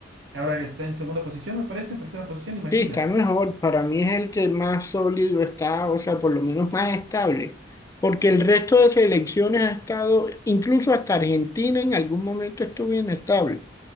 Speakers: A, on the right; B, on the left.
A: Ahora está en segunda posición, me parece, en tercera posición, imagina.
B: está mejor, para mí es el que más sólido está, o sea, por lo menos más estable, porque el resto de selecciones ha estado, incluso hasta Argentina en algún momento estuvo inestable,